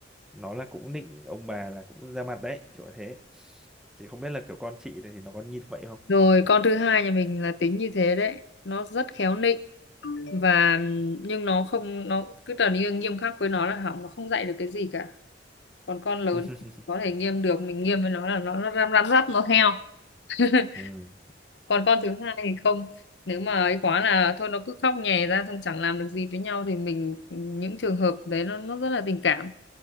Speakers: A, in the centre; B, on the left (about 75°).
A: nó là cũng nịnh ông bà là cũng ra mặt đấy kiểu như thế thì không biết là kiểu con chị này thì nó có như vậy không
B: rồi con thứ hai nhà mình là tính như thế đấy nó rất khéo nịnh và nhưng nó không nó cứ trở nên nghiêm khắc với nó là hỏng nó không dạy được cái gì cả còn con lớn
A: <laughs>
B: có thể nghiêm được mình nghiêm với nó là nó nó răm răm rắp nó theo <laughs>
A: ừ
B: còn con thứ hai thì không nếu mà ấy quá là thôi nó cứ khóc nhè ra xong chẳng làm được gì với nhau thì mình những trường hợp đấy nó nó rất là tình cảm